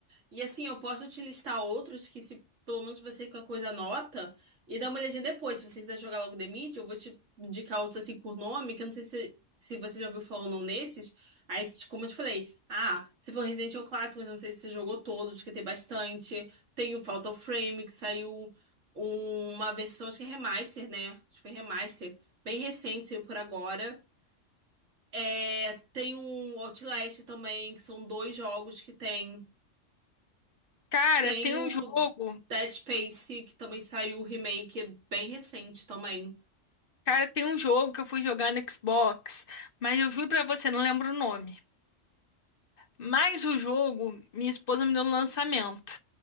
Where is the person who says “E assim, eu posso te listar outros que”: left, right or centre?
Right